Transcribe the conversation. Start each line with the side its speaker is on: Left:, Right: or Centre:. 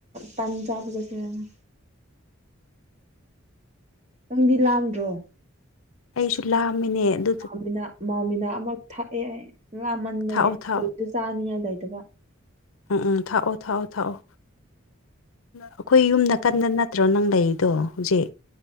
Right: ꯇꯟ ꯆꯥꯕ ꯆꯠꯁꯤꯔꯅ ꯅꯪꯗꯤ ꯂꯥꯝꯗ꯭ꯔꯣ
Left: ꯑꯩꯁꯨ ꯂꯥꯝꯃꯤꯅꯦ ꯑꯗꯨꯗ
Right: ꯂꯥꯝꯃꯤꯅ ꯃꯥꯎꯃꯤꯅꯥ ꯑꯃ ꯊꯛꯑꯦ ꯑꯩ ꯂꯥꯝꯃꯟꯕꯒꯤ
Left: ꯊꯥꯛꯑꯣ ꯊꯥꯛꯑꯣ
Right: ꯀꯔꯤꯁꯨ ꯆꯥꯅꯤꯡꯉꯥꯏ ꯂꯩꯇꯕ
Left: ꯎꯝ ꯎꯝ ꯊꯛꯑꯣ ꯊꯛꯑꯣ ꯊꯛꯑꯣ ꯑꯩꯈꯣꯏ ꯌꯨꯝꯗ ꯀꯟꯅ ꯅꯠꯇ꯭ꯔꯣ ꯅꯪ ꯂꯩꯔꯤꯗꯣ ꯍꯧꯖꯤꯛ